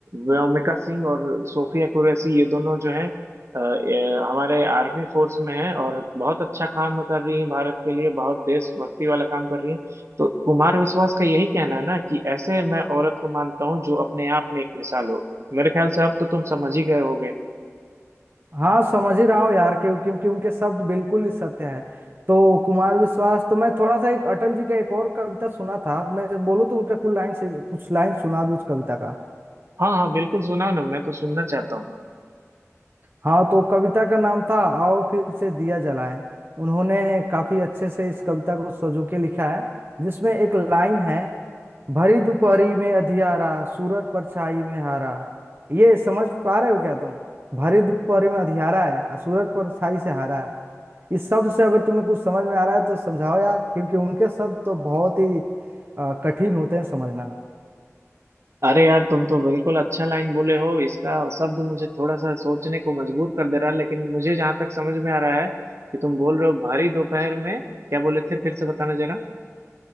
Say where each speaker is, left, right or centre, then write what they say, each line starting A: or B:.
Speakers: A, on the right; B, on the right.
A: व्योमिका सिंह और सोफिया कुरैशी ये दोनों जो हैं अ, अ, हमारे आर्मी फोर्स में हैं और बहुत अच्छा काम कर रही हैं भारत के लिए बहुत देशभक्ति वाला काम कर रही हैं तो कुमार विश्वास का यही कहना है ना कि ऐसे मैं औरत को मानता हूँ जो अपने आप में एक मिसाल हो मेरे ख्याल से अब तो तुम समझ ही गए होगे
B: हाँ समझ ही रहा हूँ यार क्यों- क्योंकि उनके शब्द बिल्कुल ही सत्य है तो कुमार विश्वास तो मैं थोड़ा सा एक अटल जी का एक और कविता सुना था मैं बोलूँ तो उनका कुल लाइन से कुछ लाइन सुना दूँ उस कविता का
A: हाँ हाँ बिल्कुल सुनाओ ना मैं तो सुनना चाहता हूँ
B: हाँ तो कविता का नाम था आओ फिर से दिया जलाएं उन्होंने काफी अच्छे से इस कविता को सजो के लिखा है जिसमें एक लाइन है भरी दोपहरी में अधियारा सूरज परछाई में हारा ये समझ पा रहे हो क्या तुम भरी दोपहरी में अधियारा है और सूरज परछाई से हारा है इस शब्द से अगर तुम्हें कुछ समझ में आ रहा है तो समझाओ यार क्योंकि उनके शब्द तो बहुत ही अ, कठिन होते हैं समझना
A: अरे यार तुम तो बिल्कुल अच्छा लाइन बोले हो इसका शब्द मुझे थोड़ा सा सोचने को मजबूर कर दे रहा है लेकिन मुझे जहां तक समझ में आ रहा है कि तुम बोल रहे हो भारी दोपहर में क्या बोले थे फिर से बताना जरा